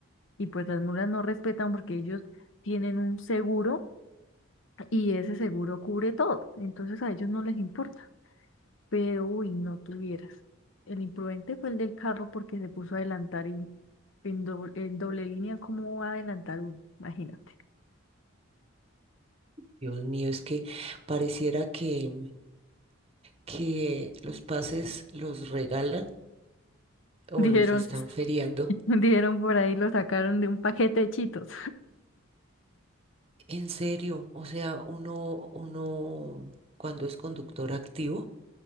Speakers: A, on the left; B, on the right.
A: Y pues las mulas no respetan porque ellos tienen un seguro y ese seguro cubre todo, entonces a ellos no les importa. Pero, uy, no tuvieras. El imprudente fue el del carro porque se puso a adelantar y en doble, en doble línea, ¿cómo va a adelantar uno? Imagínate.
B: Dios mío, es que pareciera que, que los pases los regalan o
A: Dijeron,
B: los están
A: <laughs>
B: feriando.
A: dijeron por ahí, lo sacaron de un paquete de chitos.
B: En serio, o sea, uno, uno cuando es conductor activo